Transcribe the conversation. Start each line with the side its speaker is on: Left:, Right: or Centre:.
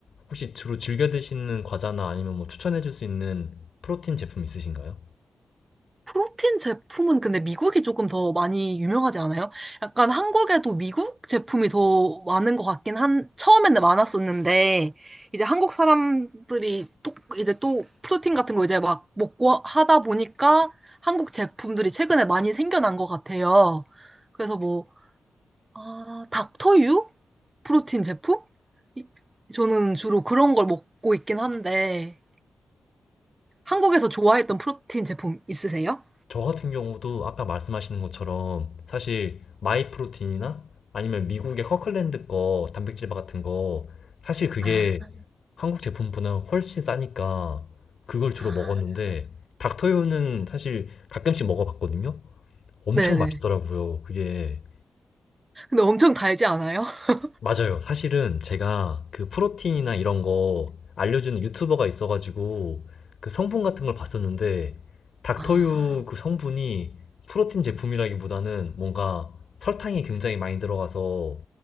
Left: 혹시 주로 즐겨 드시는 과자나 아니면 뭐 추천해 줄 수 있는 프로틴 제품 있으신가요?
Right: 프로틴 제품은 근데 미국이 조금 더 많이 유명하지 않아요? 약간 한국에도 미국 제품이 더 많은 것 같긴 한, 처음에는 많았었는데, 이제 한국 사람들이 또, 이제 또 프로틴 같은 거 이제 막 먹고 하다 보니까 한국 제품들이 최근에 많이 생겨난 것 같아요. 그래서 뭐, 아, 닥터유? 프로틴 제품? 이- 저는 주로 그런 걸 먹고 있긴 한데, 한국에서 좋아했던 프로틴 제품 있으세요?
Left: 저 같은 경우도 아까 말씀하시는 것처럼 사실 마이프로틴이나 아니면 미국의 커클랜드 거 단백질 바 같은 거 사실 그게
Right: 아,
Left: 한국 제품보다 훨씬 싸니까 그걸 주로
Right: 아.
Left: 먹었는데 닥터유는 사실 가끔씩 먹어봤거든요. 엄청
Right: 네네.
Left: 맛있더라고요. 그게
Right: 근데 엄청 달지 않아요? <laughs>
Left: 맞아요. 사실은 제가 그 프로틴이나 이런 거 알려주는 유튜버가 있어가지고 그 성분 같은 걸 봤었는데 닥터유
Right: 아,
Left: 그 성분이 프로틴 제품이라기보다는 뭔가 설탕이 굉장히 많이 들어가서